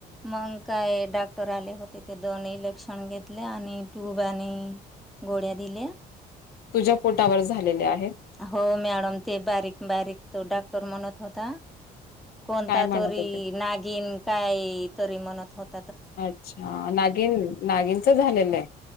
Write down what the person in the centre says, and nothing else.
मग काय डॉक्टर आले होते ते दोन इलेक्शण घेतले आणि ट्यूब आणि गोळ्या दिल्या
हो मॅडम ते बारीक बारीक तो डॉक्टर म्हणत होता कोणता
तरी
नागिन काय काहीतरी म्हणत होत